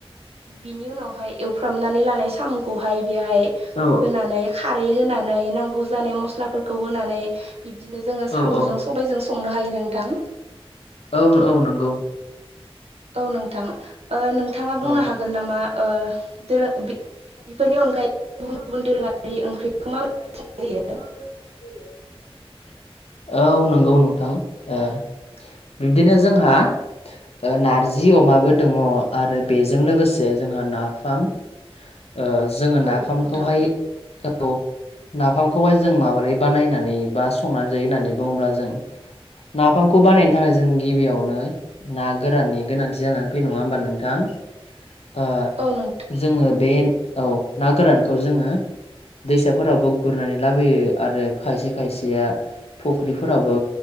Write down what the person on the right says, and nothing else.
बिनि उनावहाय एवफ्रामनानै लानाय साम'खौहाय बेहाय
होनानै खारै होनानै नांगौ जानाय मस्लाफोरखौ होनानै बिदिनो जोङो सामु'जों
सबायाइजों संनो हायो नोंथां।
औ नोंथां ओ नोंथाङा
बुंनो हागोन नामा ओ <unintelligible>
अनगायै गुबुन
दोरोङारि
ओंख्रिखौ
माबायदि
जायो
औ नोंथां
औ नोंथां